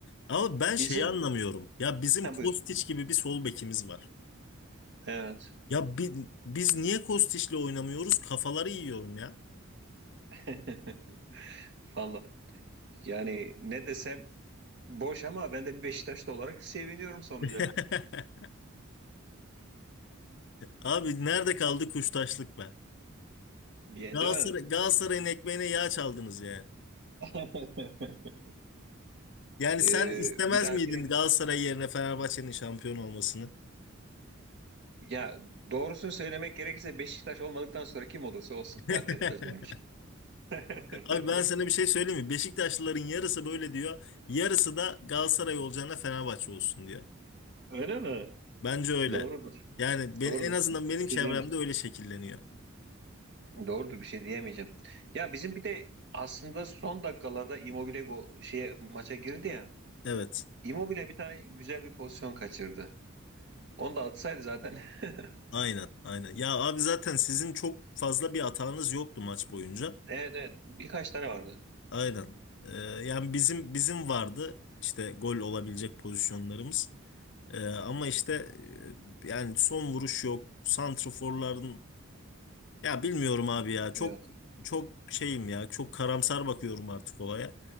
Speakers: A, on the left; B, on the right.
A: Ama ben şeyi
B: Bizim
A: anlamıyorum. Ya bizim
B: ha,
A: Kostić
B: buyur.
A: gibi bir sol bekimiz var.
B: Evet.
A: Ya bi- biz niye Kostić'le oynamıyoruz? Kafaları yiyorum ya.
B: <laughs> Valla. Yani ne desem boş ama ben de bir Beşiktaşlı olarak seviniyorum sonuca.
A: <laughs> Abi nerede kaldı kuştaşlık be?
B: Diye
A: Galatasaray,
B: değil mi?
A: Galatasaray'ın ekmeğine yağ çaldınız yani.
B: <laughs>
A: Yani
B: Ee,
A: sen istemez
B: bir dahakine
A: miydin Galatasaray yerine Fenerbahçe'nin şampiyon olmasını?
B: ya doğrusunu söylemek gerekirse Beşiktaş olmadıktan sonra kim olursa olsun
A: <laughs>
B: fark etmez benim için. <laughs>
A: Abi ben sana bir şey söyleyeyim mi? Beşiktaşlıların yarısı böyle diyor. Yarısı da Galatasaray olacağına Fenerbahçe olsun diyor.
B: Öyle mi?
A: Bence öyle.
B: Doğrudur.
A: Yani ben,
B: Doğrudur.
A: en azından
B: Bir şey,
A: benim
B: bir şey
A: çevremde
B: diyemeyeceğim.
A: öyle şekilleniyor.
B: Doğrudur bir şey diyemeyeceğim. Ya bizim bir de aslında son dakikalarda Immobile go şeye maça girdi ya.
A: Evet.
B: Immobile bir tane güzel bir pozisyon kaçırdı. Onu da atsaydı zaten. <laughs>
A: Aynen, aynen. Ya abi zaten sizin çok fazla bir hatanız yoktu maç boyunca.
B: Evet evet. Birkaç tane vardı.
A: Aynen. Ee, yani bizim bizim vardı işte gol olabilecek pozisyonlarımız. Ee, ama işte e, yani son vuruş yok. Santraforların Ya bilmiyorum abi ya. Çok
B: Evet.
A: çok şeyim ya. Çok karamsar bakıyorum artık olaya.